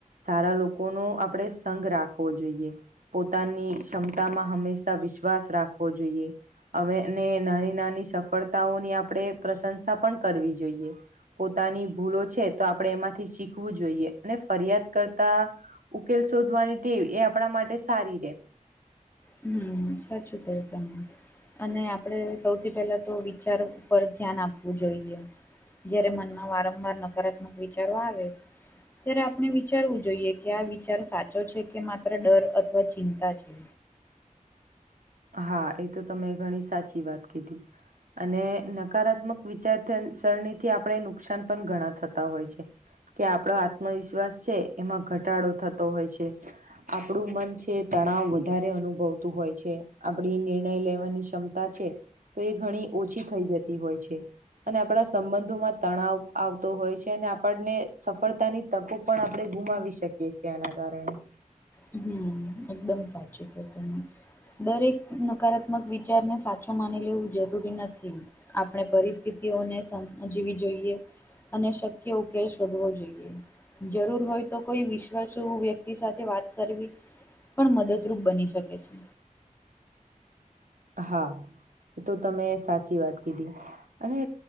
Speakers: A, on the right; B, on the left.
A: સારા લોકોનો આપડણેે સંઘ રાખવો જોઈએ. પોતાની શમતામાં હંમેશા વિશ્વાસ રાખવો જોઈએ. અવે ને નાની નાની સફળતાઓની આપડણેે પ્રશંસા પણ કરવી જોઈએ. પોતાની ભૂલો છે, તો આપણે એમાંથી શીખવું જોઈએ, ને ફરિયાદ કરતા ઉકેલ સોધવાની ટેવ એ આપણા માટે સારી રે.
B: હમ્મ, સાચું કયું તમે. અને આપણે સૌથી પેલા તો વિચાર ઉપર ધ્યાન આપવું જોઈએ. જયારે મનમાં વારંવાર નકારાત્મક વિચારો આવે ત્યારે આપણે વિચારવું જોઈએ કે, આ વિચાર સાચો છે કે માત્ર ડર અથવા ચિંતા છે.
A: હા, એ તો તમે ઘણી સાચી વાત કીધી. અને નકારાત્મક વિચારધ સરણીથી આપણે નુકસાન પણ ઘણા થતા હોય છે. કે આપડો આત્મવિશ્વાસ છે, એમાં ઘટાડો થતો હોય છે. આપણું મન છે, તણાવ વધારે અનુભવતું હોય છે. આપડી નિર્ણય લેવાની ક્ષમતા છે, તો એ ઘણી ઓછી થઈ જતી હોય છે. અને આપડણા સંબંધોમાં તણાવ આવતો હોય છે, ને આપણને સફળતાની તકો પણ આપણે ગુમાવી શકીએ છીએ, એના કારણે.
B: હમ્મ, એકદમ સાચું કયુ તમે. દરેક નકારાત્ મક વિચારને સાચો માની લેવું જરૂરી નથી. આપણે પરિસ્થિતિઓને સમંજ્વી જોઈએ. અને શક્ય ઉકેલ શોધવો જોઈએ, જરૂર હોય તો, કોઈ વિશ્વાસુ વ્ય એ સાથે વાત કરવી પણ મદદરૂપ બની શકે છે.
A: હા એ તો તમે સાચી વાત કીધી. અને